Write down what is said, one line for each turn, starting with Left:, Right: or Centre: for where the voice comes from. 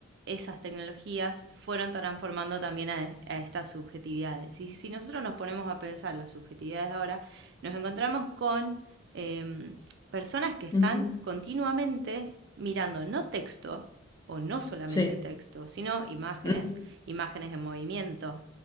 Right: esas tecnologías fueron transformando también a, a estas subjetividades. Y si nosotros nos ponemos a pensar las subjetividades ahora, nos encontramos con eh, personas que están
Left: Ujú.
Right: continuamente mirando no texto, o no solamente
Left: Sí,
Right: texto, sino imágenes,
Left: ujú.
Right: imágenes en movimiento,